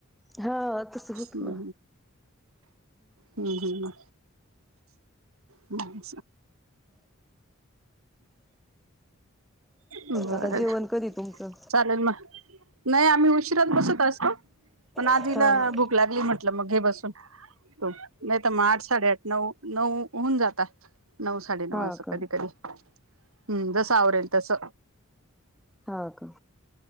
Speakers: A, in the centre; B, on the right.
A: हा तस होत
B: हम्
A: ना
B: हम्म हम्म हम् बरं
A: आता जेवण कधी तुमचं
B: चालेल मग. नाही आम्ही उशिराच बसत असतो. पण आज
A: हा
B: हिला
A: हा
B: भूक लागली म्हटलं मग घे बसून. नाही तर मग आठ साडेआठ नऊ नऊ होऊन जातात. नऊ साडेनऊ
A: हा
B: अस असं
A: का
B: कधी कधी हम्म जसं आवरेल तस.
A: हा का